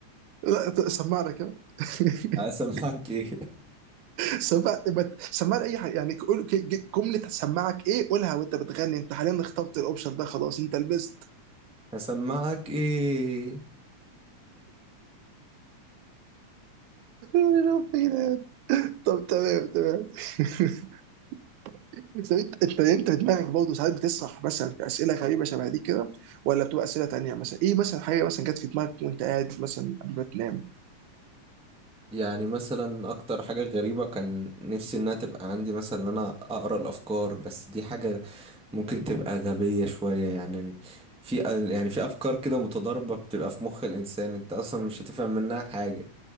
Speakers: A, on the right (about 80°); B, in the centre.
A: لا ت- سمعنا كده <laughs>
B: هسمعك ايه
A: سمع ما- سمعنا اي حاجه يعني قول ك- ج- جمله هتسمعك ايه قولها وانت بتغني انت حاليا اخترت الاوبشن ده خلاص انت لبست
B: <laughs> هسمعك ايه
A: <laughs> طب تمام تمام <laughs> طب انت انت انت في دماغك برضه ساعات بتسرح مثلا في اسئله غريبه شبه دي كده ولا بتبقى اسئله تانيه مثلا ايه مثلا حاجه مثلا جت في دماغك وانت قاعد مثلا قبل ما تنام
B: يعني مثلا اكتر حاجة غريبة كان نفسي انها تبقى عندي مثلا ان انا اقرا الافكار بس دي حاجة ممكن تبقى غبية شوية يعني في يعني في افكار كده متضاربة بتبقى في مخ الانسان انت اصلا مش هتفهم منها حاجة